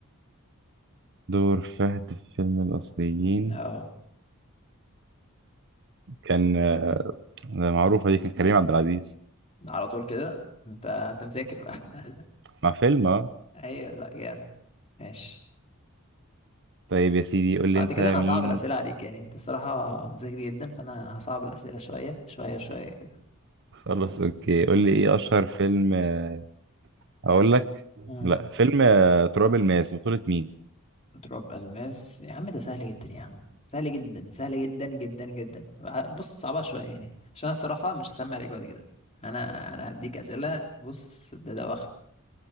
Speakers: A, on the right (about 55°); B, on the left (about 30°).
A: دور فهد في فيلم الأصليين
B: اه
A: كان آه، ده معروفة دي كان كريم عبد العزيز
B: على طول كده انت انت مذاكر بقى <laughs>
A: مع فيلم اه
B: ايوه لا جامد ماشي
A: طيب يا سيدي قول لي
B: بعد
A: أنت
B: كده
A: مين
B: انا هصعب الأسئلة عليك يعني انت الصراحة مذاكر جدا فانا هصعب الأسئلة شوية شوية شوية كده
A: خلاص أوكي قول لي إيه أشهر فيلم آه، أقول لك
B: مم.
A: لا فيلم آه، تراب الماس بطولة مين
B: تراب الماس يا عم ده سهل جدا يا عم سهل جدا سهل جدا جدا جدا بص صعبة شوية يعني عشان انا الصراحة مش هسمع عليك بعد كده انا انا هديك اسئلة بص ده ده واخد